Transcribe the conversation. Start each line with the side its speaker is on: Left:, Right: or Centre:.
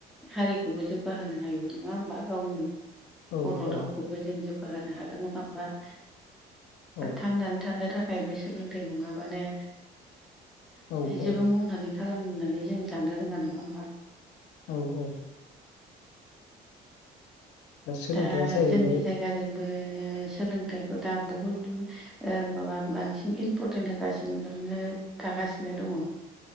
Centre: हारिखौबो जौगाहोनो हायो नङा होमबा। गावनि
Left: औ
Centre: बर'
Left: औ
Centre: रावखौबो जों जौगाहोनो हागोन नङा होमबा।
Left: औ
Centre: थांनानै थानो थाखायबो सोलोंथाइ नङाबानो
Left: औ औ
Centre: जेबो मावनानै खालामनानै जों जानो रोङा नङा होमब्ला।
Left: औ औ। सोलोंथाइया
Centre: दा
Left: जाहैबाय
Centre: जोंनि जायगायाव दा जोंबो सोलोंथाइखौ दा बहुद माबा बांसिन इमपरटेन्ट होगासिनो थागासिनो दङ।